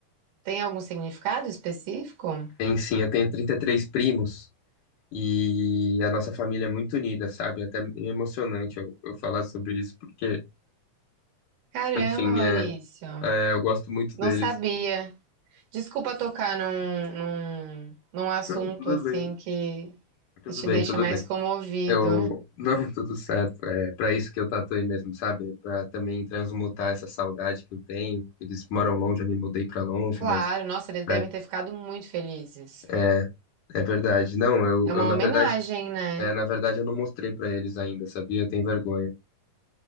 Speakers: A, on the right (about 80°); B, on the left (about 75°).
A: Tem algum significado específico?
B: tem sim. Eu tenho 33 primos. E a nossa família é muito unida, sabe? Até é emocionante eu, eu falar sobre isso, porque,
A: Caramba,
B: enfim, é,
A: Maurício.
B: é, eu gosto muito deles.
A: Não sabia. Desculpa tocar num, num, num assunto
B: Não, tudo
A: assim
B: bem,
A: que
B: tudo
A: E te
B: bem,
A: deixa
B: tudo
A: mais
B: bem.
A: comovido.
B: Eu, não, <laughs> tudo certo. É para isso que eu tatuei mesmo, sabe? Para também transmutar essa saudade que eu tenho. porque Eles moram longe, eu me mudei para longe,
A: Claro,
B: mas
A: nossa, eles
B: pra-
A: devem ter ficado muito felizes.
B: é, é verdade. Não, eu,
A: É uma
B: eu na
A: homenagem,
B: verdade,
A: né?
B: é, na verdade eu não mostrei para eles ainda, sabia? Eu tenho vergonha.